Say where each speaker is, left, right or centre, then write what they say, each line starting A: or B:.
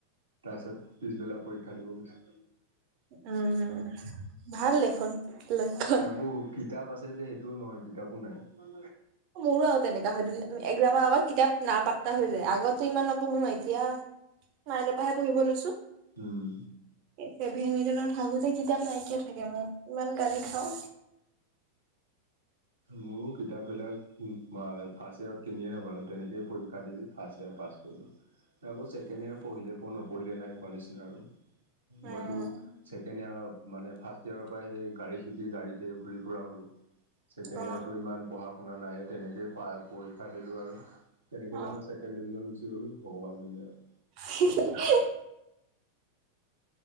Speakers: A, on the right; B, on the right.
A: তাৰ পিছত পিছবেলা পৰীক্ষা দিব গৈছোঁ।
B: উম ভাল দেখোন লক্ষণ
A: তাকো কিতাপ আছে <unintelligible> যে সেইটোও নহয় কিতাপো নাই।
B: মোৰো আৰু তেনেকোৱা হয় দু এক্সামৰ আগত কিতাপ নাপা টা হৈ যায় আগতো ইমান নবঢ়ো নয় এতিয়া নাইনৰ পৰাহে পঢ়িব লৈছো।
A: উম!
B: ছেভেন এইটত থাকোতে কিতাপ নাইকিয়া থাকে মোৰ। <unintelligible> খাওঁ
A: মোৰো কিতাপবিলাক ফাৰ্ষ্ট ইয়াৰত কিনিয়ে নাপালোঁ তেনেকেইে পৰীক্ষা দি দিওঁ। ফাৰ্ষ্ট ইয়োৰ পাছ কৰিলো নাই আকৌ ছেকেণ্ড ইয়াৰ পঢ়িলে পঢ নপঢ়িলে নাই কোৱা নিচিনা আৰু।
B: উম
A: মইতো ছেকেণ্ড ইয়াৰ মানে ফাৰ্ষ্ট ইয়াৰৰ পৰা সেই গাড়ী শিকি গাড়ীতে ঘূৰি ফুৰা হ'লো ছেকেণ্ড
B: অ
A: ইয়াৰটো ইমান পঢ়া শুনা নায়ে তেনেকে প পৰীক্ষা দিলো আৰু কেনেকে
B: অ
A: জানো ছেকেণ্ড ডিভিজন গ'লোঁ ভগৱানে জানে আৰু।
B: হি হি!